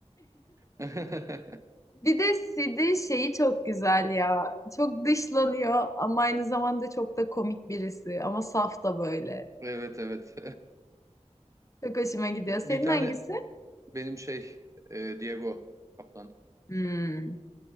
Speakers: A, on the right (about 25°); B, on the left (about 25°).
A: <laughs>
B: Bir de Sid'in şeyi çok güzel ya. Çok dışlanıyor ama aynı zamanda çok da komik birisi. Ama saf da böyle.
A: Evet evet.
B: Çok hoşuma gidiyor. Senin
A: Bir tane
B: hangisi?
A: benim şey e, Diego Kaplan.
B: Hmm.